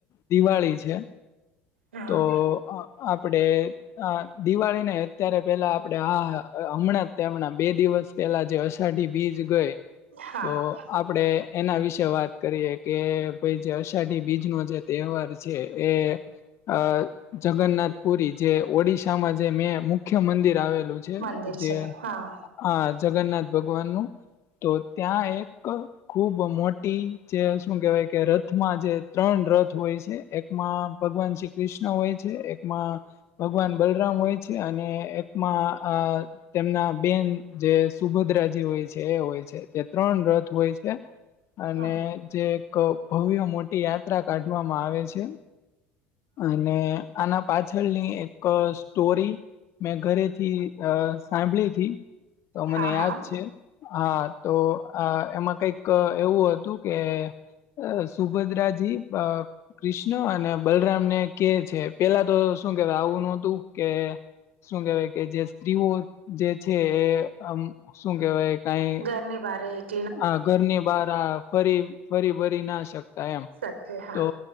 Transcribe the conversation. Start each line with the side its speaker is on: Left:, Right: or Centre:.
Left: દિવાળી છે.
Right: હા
Left: તો આપડે હ દિવાળી નને અત્યારે પેલા આપડે હા હમણાં જ તેમ હણાં બે દિવસ પેલા જે અષાઢી બીજ ગય
Right: હા
Left: તો આપડે એના વિશે વાત કરીએ કે ભાઈ જે અષાઢી બીજ નો જે તહેવાર છે એ અ જગન્નાથ પુરી જે ઓડિશામાં જે મેં મુખ્ય મંદિર આવેલું છે.
Right: મંદિર
Left: જે
Right: છે હા
Left: આ જગન્નાથ ભગવાન નું તો ત્યાં એક ખુબ મોટી જે શું કેહેવાય કે રથમાં જે ત્રણ રથ હોય છે એકમાં ભગવાન શ્રી કૃષ્ણ હોય છે એકમાં ભગવાન બલરામ હોય છે અને એકમાં આ તેમના બેન જે સુભદ્રાજી હોય છે એ હોય છે તે ત્રણ રથ હોય છે. અને
Right: હા
Left: જે એક ભવ્ય મોટી યાત્રા કાઢવામાં આવે છે. અને આના પાછળની એક સ્ટોરી મેં ઘરેથી અ સાંભળી થી તો મને
Right: હા
Left: યાદ
Right: હા
Left: છે હા તો અ એમાં કઈક એવું હતું કે અ સુભદ્રાજી કૃષ્ણ અને બલ રામને કે છે પેલા તો શું કેવાય આવું નતું કે શું કેવાય કે જે સ્ત્રીઓ જે છે એ શું કેહેવાય કઈ
Right: તેમને બારે એક
Left: હ ઘરની બાર ફરી ફરી ભરી ના શકતા એમ
Right: સત્ય હા
Left: તો